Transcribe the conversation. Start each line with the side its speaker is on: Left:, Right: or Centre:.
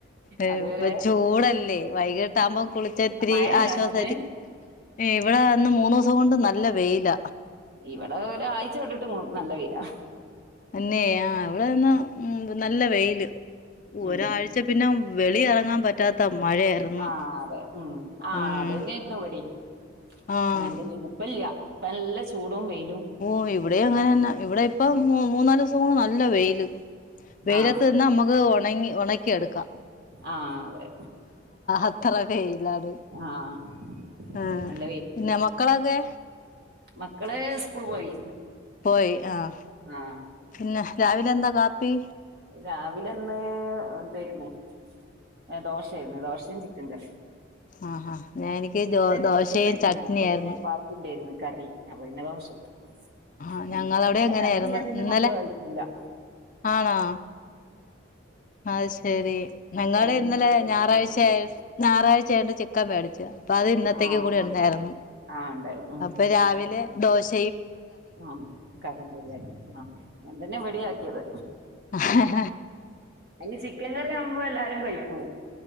Left: ഇപ്പൊ
Right: അതുവരെ
Left: ചൂടല്ലേ വൈകിട്ട് തമ <unintelligible> കുളിച്ച ഇത്തിരി
Right: മഴ ഇണ്ടാ
Left: ആശ്വാസമായിട്ട്
Right: അങ്ങോട്ട്
Left: ഇവിടെ വന്ന് മൂന്ന് അതൊണ്ട് നല്ല വെയില
Right: ഇവിടെ ഒരാഴ്ച വിട്ടിട്ട് നല്ല വെയിൽ ആ
Left: തന്നെ ആ് ഇവിടെന്നാ ഉ നല്ല വെയില് ഒരാഴ്ച
Right: ഉം
Left: പിന്നെ വെളി ഇറങ്ങാൻ പറ്റാത്ത മഴയായിരുന്നു
Right: ആഹ അതെ ഉ ആ്
Left: ഉം
Right: അത് തന്നെയായിരുന്നു ഇവിടിം
Left: ആഹ്
Right: അങ്ങനെന്തന്നെ ഇപ്പല്ല ഇപ്പ നല്ല ചൂടവും വെയി
Left: ഓ ഇവിടെ അങ്ങനെന്ന ഇവിടെ ഇപ്പൊ മ മൂന്നാല് ദിവസംകൊണ്ട് നല്ല വെയില് വെയിലത്ത്
Right: ആഹ്
Left: നിന്നാ നമ്മുക്ക് ണെങ്ങി ഒണെക്കി എട്ക്കാം
Right: ആഹ് അതെ
Left: അത്തെറ വെയിലാണ്
Right: ആഹ്
Left: ആഹ്
Right: നല്ല
Left: പിന്നെ മക്കളൊക്കെ?
Right: മക്കെൾ സ്കൂൾ പോയി
Left: പോയി ആഹ്
Right: ആഹ്
Left: ന്നെ രാവിലെ എന്താ കാപ്പി?
Right: രാവിലെ ഇന്ന് ഇതെയ്ര്ന്ന് ഏഹ് ദോശേയ്ര്ന്ന് ദോശേം ചിക്കെൻ കറിം
Left: ആഹ് ഹാ ഞാ എനിക്ക് ദോ
Right: നെയ്ച്ചോറായിരുന്നു
Left: ദോശേം ചട്നിയായ്രുന്നു
Right: അപ്പൊ പിന്നെ ബാക്കി ഉണ്ടായിരുന്നു കറി അപ്പ പിന്നെ ദോശ ചുട്ട്.
Left: ആഹ്
Right: ഉം
Left: ഞങ്ങളവിടെ
Right: ഇവെടെ
Left: അങ്ങനെയായിരുന്നു
Right: കറിയില്ലാതെ ഇന്റെ
Left: ഇന്നലെ
Right: മക്കെൾ കഴിക്കുലാ
Left: ആണോ? അത് ശെരി ഞങ്ങള്
Right: കറിയൊന്നും
Left: ഇന്നലെ
Right: ഇല്ലാതെ
Left: ഞായറാഴ്ചയ
Right: ഫുഡൊന്നും കഴിക്കൂല
Left: ഞായറാഴ്ച്ച ആയൊണ്ട് ചിക്കൻ മേടിച്ച് പ്പ അത് ഇന്നത്തേക്ക്
Right: ആഹ്
Left: കൂടി
Right: ആഹ്
Left: ഉണ്ടായിരുന്നു
Right: ആഹ് ഉണ്ടായി ഉം
Left: അപ്പ രാവിലെ ദോശ
Right: ആഹ് കറിണ്ടല്ലേ ആഹ് ഞാൻ തന്നെ ഇവിടെയാക്കി ക്കിയത്
Left: ആഹ്
Right: അതിന് ചിക്ക ക്കൻ കറി ആവുമ്പോ എല്ലാരും കഴിക്കൂ